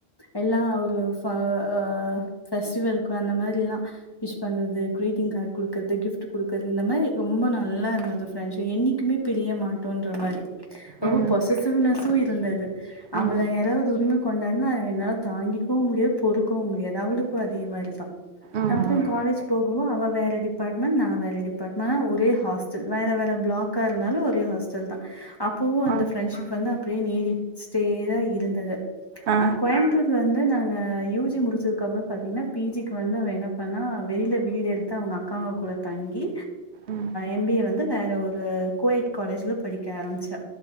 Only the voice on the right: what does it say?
ம்
ம்
ம்
ஆ
ஆ
ம்